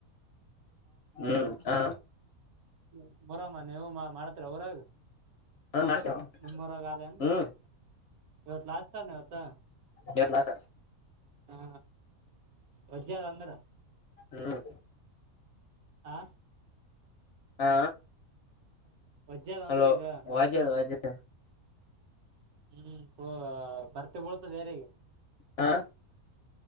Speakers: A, on the left; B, on the right.
A: ಹ್ಮ್ ಹ.
B: <unintelligible> ನೀವು ಮಾಡತ್ರಿ ಊರಾಗ
A: ಹಾ ಮಾಡ್ತೇವ
B: ನಿಮ್ಮರಾಗ ಅನ್.
A: ಹ್ಮ್
B: ಇವತ್ ಲಾಸ್ಟ್ ತನ್ ಇವತ್ತು.
A: ಹಡ್ ಲಾಖ
B: ಹಾ ವಜ್ಜದ ಅಂದ್ರ.
A: ಹ್ಮ್
B: ಹಾ
A: ಹಾ
B: ವಜ್ಜೆ ಅದ
A: ಹಲೋ
B: ಅಂದ್ರ ಈಗ ಇವತ್ತು
A: ವಾಜದ ವಾಜೆ.
B: ಹ್ಮ್ ಹ ಬರ್ತ ಬಳ್ತ ಬೇರೆಗೆ.
A: ಹಾ